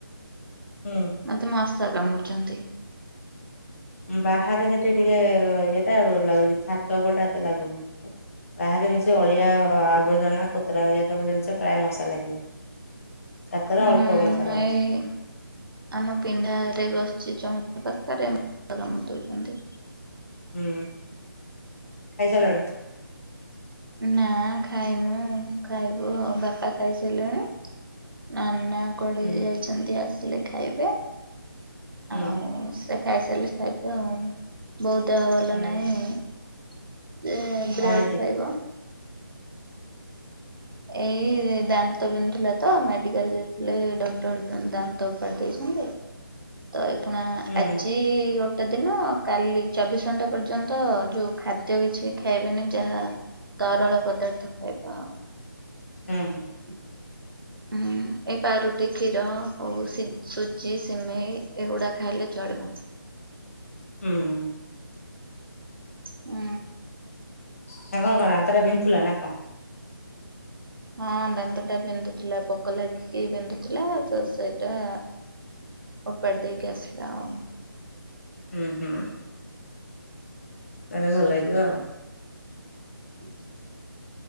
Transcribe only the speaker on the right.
ମତେ ମଶା କାମୁଡିଛନ୍ତି।
ହୁଁ
ଏଇ ଆମ ପିଣ୍ଡାରେ ବସିଛି ଚଉଁରା ପାଖରେ ମଶା କାମୁଡ଼ି ଦଉଛନ୍ତି।
ନା ଖାଇନୁ ଖାଇବୁ ହଉ ବାପା ଖାଇସାରିଲେଣି। ନନା କୁଆଡେ
ଯାଇଛନ୍ତି ଆସିଲେ ଖାଇବେ।
ଆଉ ସେ ଖାଇସାରିଲେ ଖାଇବି ଆଉ। ବୋଉ ଦେହ ଭଲ
ନାହିଁ। ସେ ବ୍ରେଡ଼
ଖାଇବ। ଏଇ ଦାନ୍ତ ବିନ୍ଧୁ ଥିଲା ତ ମେଡିକାଲ୍ ଯାଇଥିଲେ ଡକ୍ଟର ଦା ଦାନ୍ ତ କରିଦେଇଛନ୍ତି ତ ଏଇକ୍ଷୁଣା
ଆଜି ଗ ଗୋଟେ ଦିନ କାଲି ଚବିଶ ଘଣ୍ଟା ପର୍ଯ୍ୟନ୍ତ ଯୋଉ ଖାଦ୍ୟ କିଛି ଖାଇବେନି ଯାହା ତରଳ ପଦାର୍ଥ ଖାଇବ ଆଉ।
<inaudible> ଉଁ ଏଇ ପାରୁଟି କ୍ଷୀର ହଉ ସି ସୁଜି ସିମେଇ ଏଇଗୁଡ଼ା ଖାଇଲେ ଚଳିବ।
ହୁଁ।
ହଁ ଦାନ୍ତ ଟା ବିନ୍ଧୁଥିଲା ପୋକ ଲାଗିକି ବିନ୍ଧୁଥିଲା ତ ସେଇଟା ଓପାଡ଼ି ଦେଇକି ଆସିଲା ଆଉ।
ହୁଁ